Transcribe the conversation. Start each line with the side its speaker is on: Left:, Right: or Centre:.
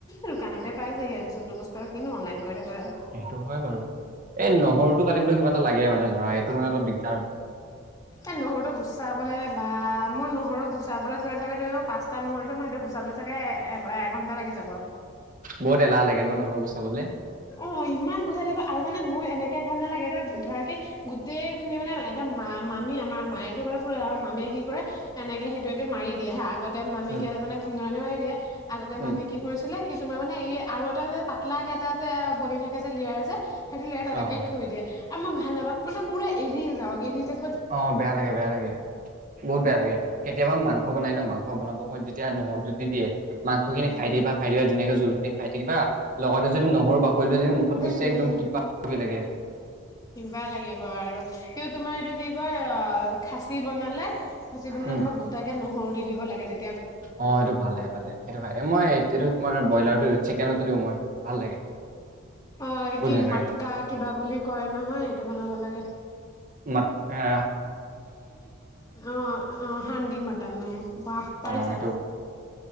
Left: দোকানতে পাই যি হে যোনটো বস্তু। তই কিনো অনলাইন কৰি থাক।
Right: সেইটো হয় বাৰু এই নহৰুটো কাটিবলৈ কিবা এটা লাগে মানে। ধৰা সেইটো মানে অলপ দিগদাৰ হয়
Left: এই নহৰুটো গুচাবলে বা মোৰ নহৰুক। গুচাবলৈ তোৰ থাকে মানে পাঁচটা নহৰু মই এইটো গুচাবলৈ চাগে এঘণ্টা। টা লাগি যাব।
Right: বহুত এলাহ লাগে ন নহৰু গুচাবলে।
Left: অ ইমান গুচাই থিব আৰু মানে মোৰ এনেকে ভাল নালাগে, এ ধৰা কি গোটেই খিনি মানে এটা মা মামী আমাৰ মায়েতো বাৰু। আৰু মামীয়ে কি কৰে এনেকে সেইটো এ মাৰি দিয়ো আগতে মামীকে
Right: উম।
Left: মানে খুন্দনা মাৰি দিয়ে, আগতে
Right: উম,
Left: মামীয়ে কি কৰিছিলে কি। তোমাৰ মানে এই আৰু এটা যে পাতলাকে এটা। বনি থাকে যে লিয়াৰ যে। সেইঁতি লে তেনেকে
Right: অ অ
Left: থৈ দিয়ে। আমাৰ ভাল নাপা মানে পুৰা এৰি যাওক এৰি যাও।
Right: অ বেয়া লাগে বেয়া লাগে, বহুত বেয়া লাগে কেতিয়াবা মাংস। মাংস বনাই ন মাংস বনাব সময়ত যেতিয়া নহৰুটো দি দিয়ে মাংস খিনি
Left: উম
Right: খাই দিব বা খাই দিব ধুনীয়াক জোলখিনী খাই থাকিবা লগতে যদি নহৰু বাক টো যদি মুখত
Left: উম
Right: গৈছে
Left: হম
Right: একদম কিবা লাগি থাকে
Left: কিবা লাগিব আৰু তোমাৰ এইটো কি। কৈ খাচী বনালে। খাচ বনালে
Right: উম।
Left: কিবা গোটাকে নহৰু দি। দিব লাগে তে।
Right: অ সেইটো ভালে ভালে এইটো খাই মই এইটো। তোমাৰ ব্ৰইলাৰটো দি চিকেনতো দিওঁ মইতো ভাল লাগে।
Left: অ
Right: বহুত
Left: কি
Right: ধুনীয়া
Left: মটকা
Right: লাগে খাই
Left: কিবা বুলি কয় নহয় সেইটো বনাব লাগে।
Right: মাতকা
Left: অ অ হাডি মটন বাহ পাৰিছা।
Right: অ সেইটো